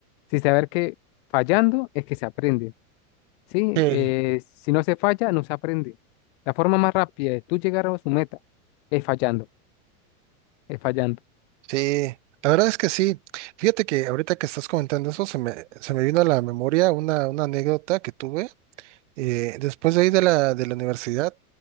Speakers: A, on the left; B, on the right.
A: sin saber que fallando es que se aprende, ¿sí?
B: sí,
A: Eh, si no se falla, no se aprende. La forma más rápida de tú llegar a su meta es fallando, es fallando.
B: sí. La verdad es que sí. Fíjate que ahorita que estás comentando eso, se me, se me vino a la memoria una, una anécdota que tuve eh, después de ahí de la, de la universidad.